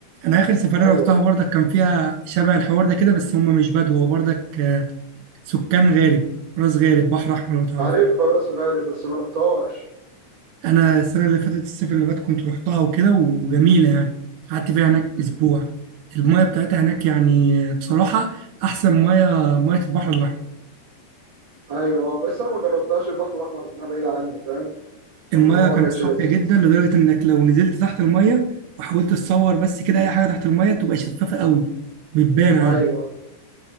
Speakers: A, on the right; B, on the right.
A: انا اخر سفريه
B: ايوه
A: رحتها برضك كان فيها شبه الحوار ده كده بس هم مش بدو هو برضك آه، سكان غارب راس غارب بحر احمر لو تعرف
B: عارف راس غارب بس ما رحتهاش
A: انا السنه اللي فاتت الصيف اللي فات كنت رحتها وكده وجميله يعني قعدت فيها هناك
B: مم.
A: اسبوع المايه بتاعتها هناك يعني بصراحه احسن مايه مايه البحر الاحمر
B: ايوه بس انا ما جربتهاش البحر الاحمر لأن انا بعيد عني فاهم
A: المايه
B: فالموضوع
A: كانت
B: ما كانش
A: صافيه
B: لذيذ
A: جدا لدرجه انك لو نزلت تحت المايه وحاولت تصور بس كده اي حاجه تحت المايه تبقى شفافه قوي بتبان عادي
B: ايوه